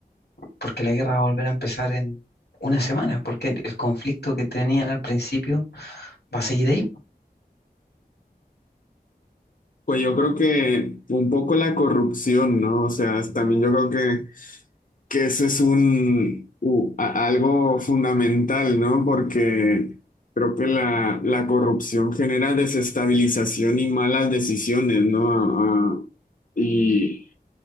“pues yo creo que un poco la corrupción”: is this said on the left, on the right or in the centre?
Left